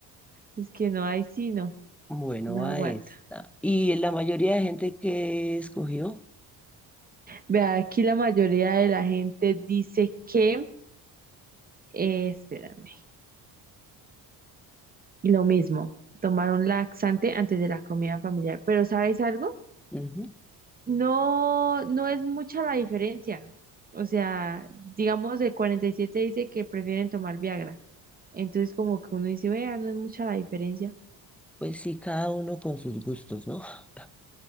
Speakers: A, on the right (about 25°); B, in the centre.
A: es que no, ahí sí no,
B: Bueno,
A: no
B: va
A: aguanto.
B: esta. Y la mayoría de gente que escogió,
A: Vea, aquí la mayoría de la gente dice que, eh, espérame, y lo mismo, tomar un laxante antes de la comida familiar. Pero ¿sabes algo?
B: Ujú.
A: No, no es mucha la diferencia. O sea, digamos de siete dice que prefieren tomar Viagra. Entonces como que uno dice, vea, no es mucha la diferencia.
B: Pues sí, cada uno con sus gustos, ¿no? <laughs>